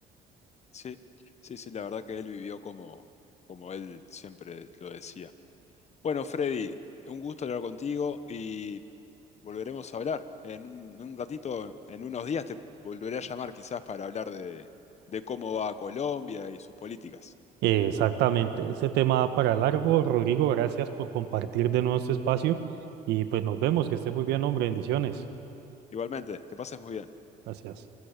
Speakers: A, on the left (about 40°); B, on the right (about 80°).
A: Sí, sí, sí, la verdad que él vivió como, como él siempre lo decía. Bueno, Freddy, un gusto hablar contigo y volveremos a hablar. En un, en un ratito, en unos días, te volveré a llamar quizás para hablar de, de cómo va Colombia y sus políticas.
B: Eh, exactamente, ese tema da para largo. Rodrigo, gracias por compartir de nuevo este espacio y pues nos vemos, que estés muy bien, hombre, bendiciones.
A: Igualmente, que pases muy bien.
B: Gracias.